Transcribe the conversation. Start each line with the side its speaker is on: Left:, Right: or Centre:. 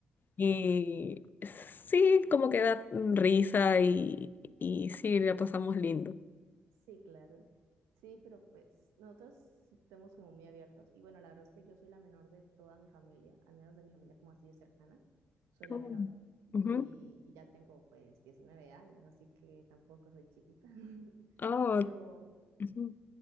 Left: Y sí, como que da risa y, y sí, la pasamos lindo.
Right: Sí, claro. Sí, pero pues nosotros sí estamos como muy abiertos. Y bueno, la verdad es que yo soy la menor de toda mi familia, al menos de mi familia como así de cercana, soy la
Left: Ujú,
Right: menor.
Left: ujú.
Right: Y, y ya tengo pues 19 años, así que tampoco soy chiquita. <laughs>
Left: Ah,
Right: Pero,
Left: ujú,